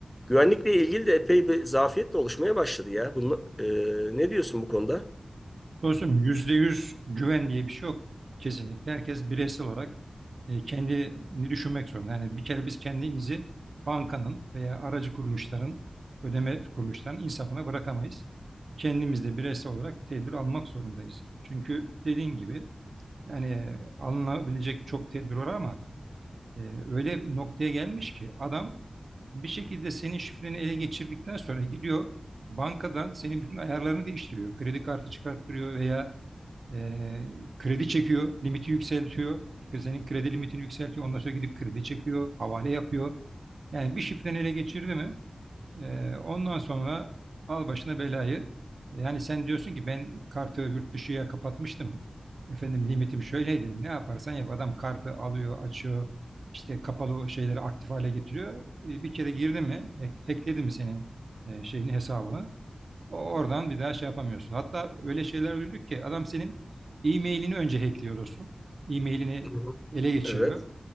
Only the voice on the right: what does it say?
Dostum %100 güven diye bir şey yok. Kesinlikle herkes bireysel olarak e, kendini düşünmek zorunda. Yani bir kere biz kendimizi bankanın veya aracı kuruluşların, ödeme kuruluşlarının insafına bırakamayız. Kendimiz de bireysel olarak tedbir almak zorundayız. Çünkü dediğin gibi yani e, alınabilecek çok tedbir var ama e, öyle bir noktaya gelmiş ki adam bir şekilde senin şifreni ele geçirdikten sonra gidiyor bankadan senin bütün ayarlarını değiştiriyor. Kredi kartı çıkarttırıyor veya ee, kredi çekiyor, limiti yükseltiyor. Senin kredi limitini yükseltiyor. Ondan sonra gidip kredi çekiyor, havale yapıyor. Yani bir şifreni ele geçirdi mi? ee, ondan sonra al başına belayı. Yani sen diyorsun ki ben kartı yurt dışıya kapatmıştım. Efendim limitim şöyleydi. Ne yaparsan yap. Adam kartı alıyor, açıyor. İşte kapalı şeyleri aktif hale getiriyor. Ee, Bir kere girdi mi, hack- hackledi mi senin e, şeyini, hesabını? O- Oradan bir daha şey yapamıyorsun. Hatta öyle şeyler duyduk ki adam senin e-mailini önce hackliyor dostum. E-mailini
ele geçiriyor.